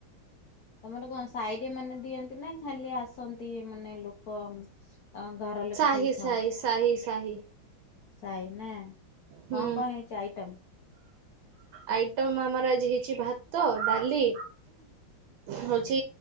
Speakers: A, on the left; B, on the right.
A: ତମର କଣ ସାହିରେ ମାନେ ଦିଅନ୍ତି ନା ଖାଲି ଆସନ୍ତି ମାନେ ଲୋକ ତମ ଘର ଲୋକ
B: ସାହି
A: ଖାଲି ଖାଓ?
B: ସାହି ସାହି ସାହି
A: ସାଇ ନା
B: ହୁଁ।
A: କଣ କଣ ହେଇଛି ଆଇଟମ?
B: ଆଇଟମ ଆମର ଆଜି ହେଇଛି ଭାତ ଡାଲି ହଉଛି